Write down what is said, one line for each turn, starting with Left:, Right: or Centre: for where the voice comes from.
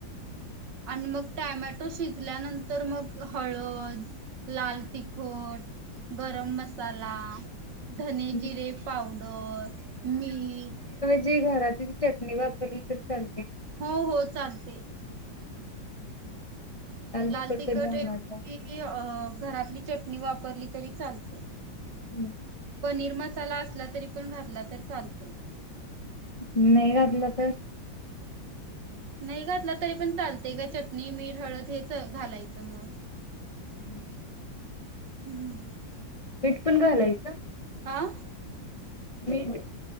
Right: आणि मग टॅमॅटो शिजल्यानंतर मग हळद, लाल तिखट, गरम मसाला. धने
Left: हम्म
Right: जिरे पावडर, मीठ.
Left: जी घरातली चटणी वापरली तर चल
Right: हॊ होच. चालते.
Left: तिखट
Right: लाल तिकट
Left: कधी बनवता?
Right: हे लवंगी <unintelligible> अ घरातली चट नी वापरली तरी चालते.
Left: हम.
Right: पनीर मसाला असला तरी पण घातला तर चालतोय.
Left: नाही घातलं तर?
Right: नई घातला तरी पण चालतय, काय चटणी मीठ हळद हेच घालायचं मग.
Left: हम्म <inaudible>
Right: हम्म.
Left: मीठ पण घालायच?
Right: आह.
Left: मीठ.